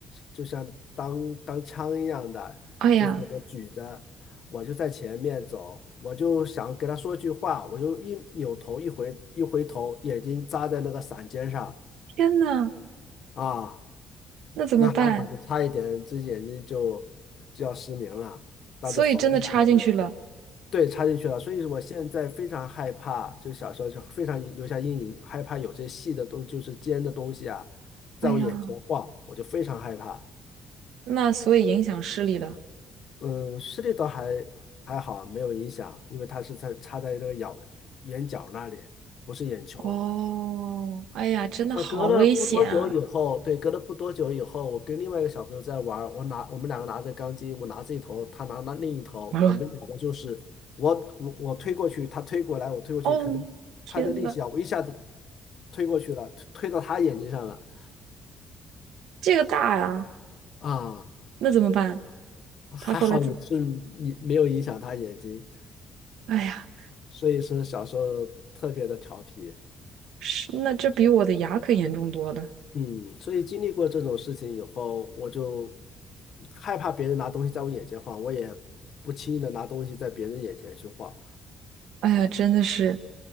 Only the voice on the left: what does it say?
就像当当枪一样的，
就是我举着，我就在前面走，我就想给他说句话，我就一扭头一回一回头，眼睛扎在那个伞尖上。
啊，
那还好，就差一点，这眼睛就就要失明了，当着缝了当时，
对，插进去了。所以我现在非常害怕，就小时候就非常留下阴影，害怕有这细的东，就是尖的东西啊，在我眼前晃，
我就非常害怕。
嗯，视力倒还还好，没有影响，因为它是在插在这个咬眼角那里，不是眼球。
啊，隔了不多久以后，对，隔了不多久以后，我跟另外一个小朋友在玩儿我拿我们两个拿着钢筋，我拿这一头，他拿那另一头，
我们两个就是我我我推过去，他推过来，我推过去，
可能他的力气啊，
我一下子推过去了，推推到他眼睛上了
啊，
还好也是你没有影响他眼睛，
所以说小时候特别的调皮。
嗯，所以经历过这种事情以后，我就害怕别人拿东西在我眼前晃，我也不轻易的拿东西在别人眼前去晃。